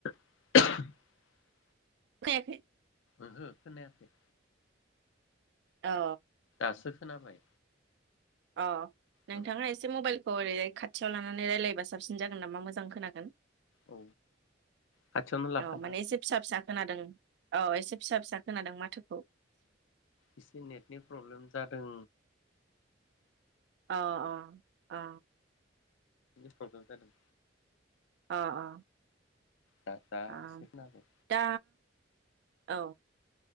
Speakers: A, on the left (about 80°); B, on the right (about 60°).
A: <unintelligible>
B: <unintelligible>
A: ओहो खोनायाखै।
B: औ।
A: दासो खोनाबाय।
B: अ नोंथाङा
A: औ
B: एसे मबाइल औ ओरैजाय खाथियाव लानानै रायलायबा साबसिन जागोन नामा? मोजां खोनागोन।
A: औ खाथियावनो लाखादां
B: औ माने एसे फिसा फिसा खोनादों। औ एसे फिसा फिसा खोनादों माथोखौ।
A: इसे नेटनि प्रब्लेम जादों।
B: अ अ अ।
A: बिनो प्रबलेम जादों।
B: अ अ।
A: दा दा
B: आ
A: एसे खोनाबाय
B: दा औ।